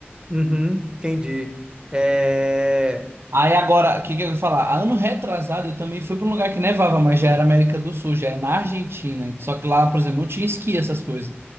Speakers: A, on the right; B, on the right.
A: Uhum, entendi. É,
B: Aí agora, o que que eu ia falar? Ano retrasado eu também fui para um lugar que nevava, mas já era América do Sul, já é na Argentina. Só que lá, por exemplo, não tinha esqui, essas coisas.